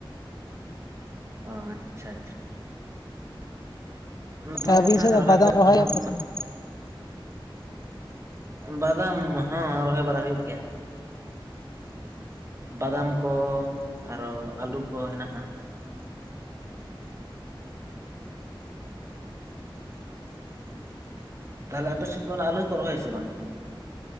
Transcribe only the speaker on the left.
ᱟᱹᱵᱤᱱ
ᱥᱮᱫ ᱫᱚ
ᱵᱟᱫᱟᱢ
ᱨᱚᱦᱚᱭᱮᱫ
ᱯᱮ ᱥᱮ ᱵᱟᱝ?